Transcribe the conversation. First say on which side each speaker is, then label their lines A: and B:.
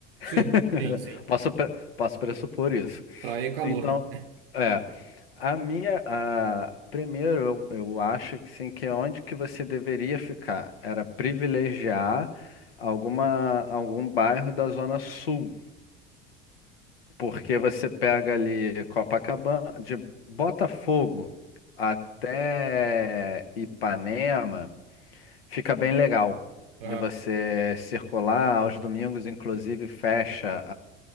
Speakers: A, on the right (about 75°); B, on the left (about 75°).
A: Sim,
B: <laughs>
A: sim, sim.
B: Posso, pre- posso pressupor isso.
A: Praia é calor,
B: Então,
A: né?
B: é, a minha, a, primeiro, eu, eu acho que sim, que é onde que você deveria ficar era privilegiar alguma, algum bairro da Zona Sul, porque você pega ali Copacabana, de Botafogo até Ipanema, fica bem legal
A: Aham.
B: de você circular. Aos domingos, inclusive, fecha